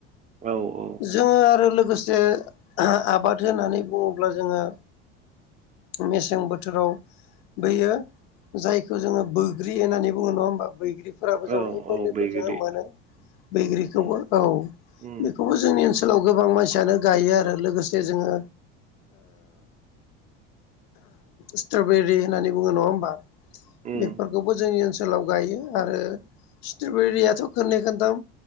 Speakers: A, on the right; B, on the left.
A: औ औ
B: जोंङो आरो लोगोसे आबाद होननानै बुङोब्ला जोंङो मेसें बोथोराव बैयो जायखौ जोंङो बैग्रि होननानै बुङो नङा होमबा बैग्रि फोराबो जोंङो
A: औ
B: एभेलेबल
A: औ बैग्रि
B: जों मोनो। बैग्रिखौबो
A: उम
B: औ
A: उम
B: बेखौबो जोंनि ओनसोलाव गोबां मानसियानो गायो आरो। लोगोसे जोंङो स्ट्रबेरि होननानै बुङो नङा होमबा
A: उम
B: बे बेखौबो जोंनि ओनसोलाव गायो आरो स्ट्रबेरियाथ' खननै खोनथाम